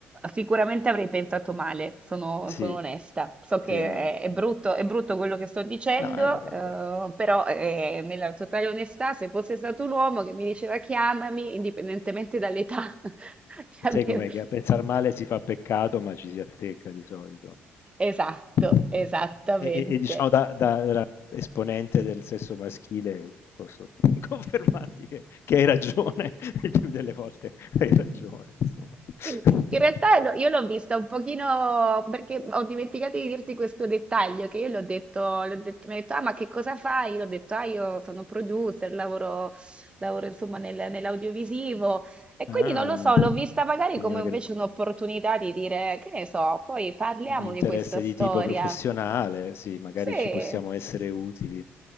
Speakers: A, on the right; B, on the left.
A: sicuramente avrei pensato male, sono,
B: Sì,
A: sono onesta. So che
B: sì, onesto.
A: è, è brutto, è brutto quello che sto dicendo,
B: No, eh, beh, vabbè.
A: eh, però eh, nella totale onestà, se fosse stato un uomo che mi diceva chiamami, indipendentemente dall'età, <laughs> che avevo-
B: Sai com'è che a pensar male si fa peccato, ma ci si azzecca di solito. Insomma.
A: Esatto, esattamente.
B: E, e- e diciamo da, da- da esponente del sesso maschile posso <laughs> confermarti che, che hai ragione,
A: <laughs>
B: <laughs> il più delle volte hai ragione, insomma. <laughs>
A: Sì, in realtà no, io l'ho vista un pochino perché ho dimenticato di dirti questo dettaglio che io l'ho detto, l'ho detto, mi ha detto, ah, ma che cosa fai? Io l'ho detto, ah, io sono producer, lavoro, lavoro insomma nel- nell'audiovisivo e
B: Ah,
A: quindi non lo so, l'ho vista magari
B: quindi
A: come
B: magari
A: invece un'opportunità di dire, che ne so, poi parliamo
B: un interesse
A: di questa storia.
B: di tipo professionale, sì, magari
A: Sì.
B: ci possiamo essere utili